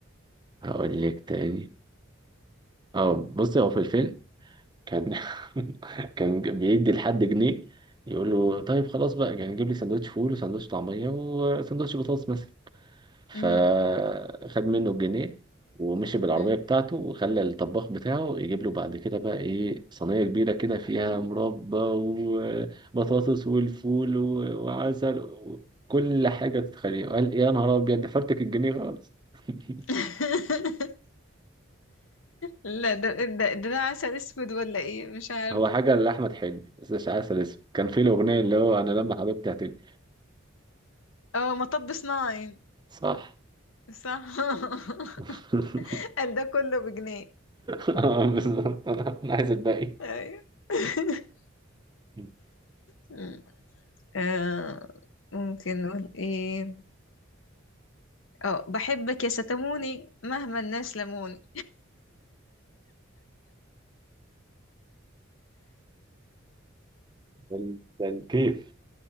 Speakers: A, on the right; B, on the left.
A: هقول لك تاني اه بصي هو في الفيلم كان <laughs> كان بيدي لحد جنيه يقول له طيب خلاص بقى يعني جيب لي سندوتش فول وسندوتش طعمية وسندوتش بطاطس مثلا فخد
B: مم.
A: منه الجنيه ومشي بالعربية
B: مم.
A: بتاعته وخلى الطباخ بتاعه يجيب له بعد كده بقى ايه صينية كبيرة كده فيها مربى وبطاطس والفول و- وعسل وكل حاجة تتخيلها قال يا نهار أبيض ده فرتك الجنيه خالص <laughs>
B: <laughs> لا ده ده ده عسل أسود ولا إيه مش عارفة
A: هو حاجة لأحمد حلمي بس مش عسل اسمه كان في الأغنية اللي هو أنا لما حبيبتي هتجي
B: أه مطب صناعي
A: صح
B: صح <laughs>
A: <laughs>
B: قال ده كله بجنيه
A: آه، بالظبط أنا أنا عايز الباقي
B: أيوة <laughs>
A: <laughs>
B: مم. آه، ممكن نقول إيه أه بحبك يا ستموني مهما الناس لموني
A: ده ده الكيف